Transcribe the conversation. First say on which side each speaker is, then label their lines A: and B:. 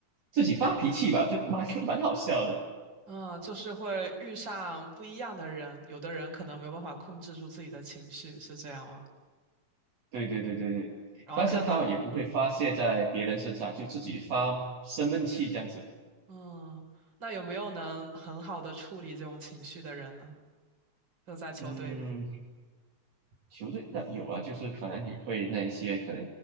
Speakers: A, on the right (about 60°); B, on the right (about 40°).
A: 自己发脾气吧，就蛮 <laughs> 蛮好笑的。
B: 嗯，就是会遇上不一样的人，有的人可能没有办法控制住自己的情绪，是这样吗？
A: 对对对对对，
B: 然后看到，
A: 但是他也不会发泄在别人身上，
B: 嗯
A: 就自己发生闷气这样子。
B: 嗯，那有没有能很好的处理这种情绪的人呢？就在球队里，
A: 嗯，球队的有啊，就是可能你会那一些可能